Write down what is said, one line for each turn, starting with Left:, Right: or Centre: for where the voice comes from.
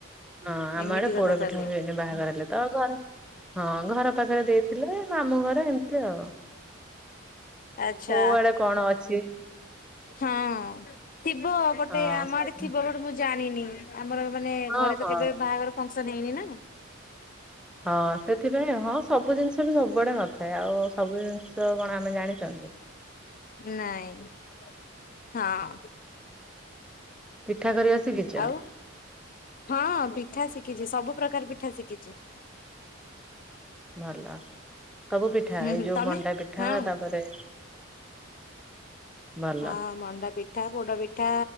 Centre: ହଁ ଆମ
Left: ଏମିତି
Centre: ଆଡ଼େ
Left: କଥା
Centre: ପୋଡପିଠା
Left: ତାହେଲେ।
Centre: ହୁଏନି ବାହାଘର ହେଲେ ତ ଘର ହଁ ଘର ପାଖରେ ଦେଇ ଥିଲେ ମାମୁଁ ଘରେ ଏମିତି ଆଉ।
Left: ଆଚ୍ଛା।
Centre: କୋଉ ଆଡ଼େ କଣ ଅଛି।
Left: ହଁ। ଥିବ ବଟ୍
Centre: ହଁ
Left: ଏ ଆମ
Centre: ସବୁ
Left: ଆଡ଼େ ଥିବ ବଟ୍ ମୁଁ ଜାଣି ନାଇଁ ନାଇଁ ଆମର ମାନେ
Centre: ହଁ
Left: ଘରେ
Centre: ହଁ
Left: ତ କେବେ ବାହାଘର ଫ ସନ୍ ହେଇନି ନାଁ।
Centre: ହଁ ସେଥିପାଇଁ ହଁ ସବୁ ଜିନିଷ ଥ ବି ସବୁଆଡେ ନଥାଏ ଆଉ ସବୁ ଜିନିଷ କଣ ଆମେ ଜାଣି ଚନ୍ତି।
Left: ନାଇଁ ହଁ।
Centre: <unintelligible> ଶିଖିଛ
Left: ଆଉ ହଁ ପିଠା ଶିକିଚି ସବୁ ପ୍ରକାର ପି ଠା ଶିକିଚି।
Centre: ଭଲ ସବୁ ପିଠା
Left: ହୁଁ
Centre: ଏଇ
Left: ହୁଁ
Centre: ଯୋଉ
Left: ତମେ
Centre: ମଣ୍ଡା ପିଠା
Left: ହଁ।
Centre: ତାପରେ ଭଲ
Left: ହଁ ମଣ୍ଡା ପିଠା ପୋଡ଼ ପିଠା।